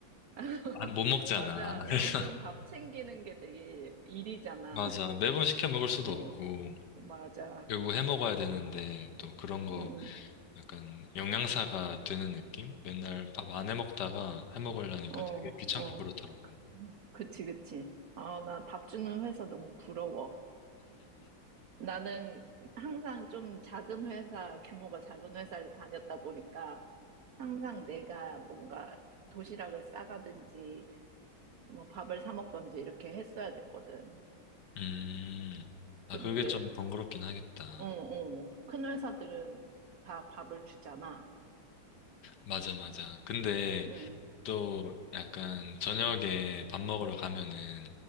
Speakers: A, on the right; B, on the left.
A: <laughs>
B: 안- 못 먹잖아.
A: 맞아.
B: <laughs> 그래서
A: 은근 밥 챙기는 게 되게 일이잖아.
B: 맞아. 매번 시켜 먹을 수도
A: 어.
B: 없고,
A: 맞아.
B: 결국 해 먹어야 되는데, 또 그런 거,
A: 음,
B: 약간, 영양사가 되는 느낌? 맨날 밥 안 해 먹다가 해 먹으려니까
A: 어,
B: 되게 귀찮고
A: 어.
B: 그렇더라고.
A: 그치, 그치. 아, 나 밥 주는 회사 너무 부러워. 나는 항상 좀 작은 회사, 규모가 작은 회사를 다녔다 보니까 항상 내가 뭔가 도시락을 싸가든지 뭐 밥을 사 먹든지 이렇게 했어야 됐거든.
B: 음,
A: 그런데,
B: 아, 그게 좀 번거롭긴 하겠다.
A: 어, 어. 큰 회사들은 다 밥을 주잖아.
B: 맞아, 맞아. 근데,
A: 응,
B: 또 약간 저녁에 밥 먹으러 가면은